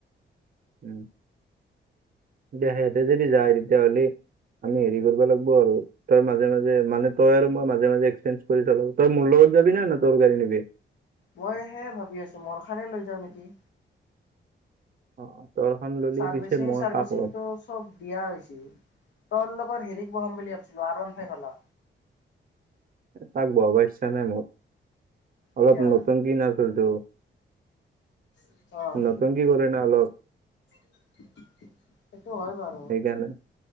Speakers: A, on the right (about 50°); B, on the left (about 70°).
A: উম', দে হেতে যদি যায় তেতিয়াহ'লে আমি হেৰি কৰিব লাগিব আৰু তই মাজে মাজে মানে তই আৰু মই মাজে মাজে এক্সেঞ্জ কৰি চলাব তই মোৰ লগত যাবি নে তোৰ গাড়ী নিবি?
B: মই সেই ভাবি আছো মোৰখানে লৈ যাওঁ নেকি।
A: অ তৰখন ললি
B: চাৰভিচিং
A: পিছে মই
B: চাৰভিচিংটো
A: কাক ল'ম
B: চব দিয়া হৈছিল তৰ লগত হেৰিক বহাম বুলি ভাবিছিলো আৰ ৱান ফাইভ ফালা।
A: তাক বহাব ইচ্ছা নাই মোৰ। অলপ
B: এতিয়া
A: নতুংকি নাচলতটো
B: অ'।
A: নতংকি কৰে ন অলপ।
B: সেইটো হয় বাৰু
A: সেইকাৰণে